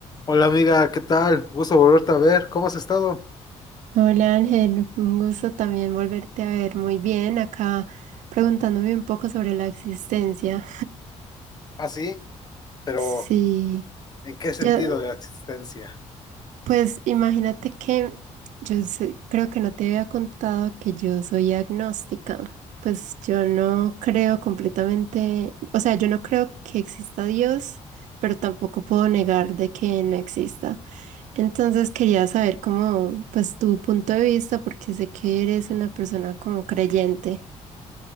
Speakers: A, on the left; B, on the right.
A: Hola amiga, ¿qué tal? Gusto volverte a ver. ¿Cómo has estado?
B: Hola Ángel, un gusto también volverte a ver. Muy bien, acá preguntándome un poco sobre la existencia.
A: Ah, sí, pero
B: Sí,
A: ¿en qué sentido
B: yo,
A: de la existencia?
B: pues imagínate que yo sé- creo que no te había contado que yo soy agnóstica. Pues yo no creo completamente, o sea, yo no creo que exista Dios, pero tampoco puedo negar de que no exista. Entonces quería saber cómo, pues tu punto de vista, porque sé que eres una persona como creyente.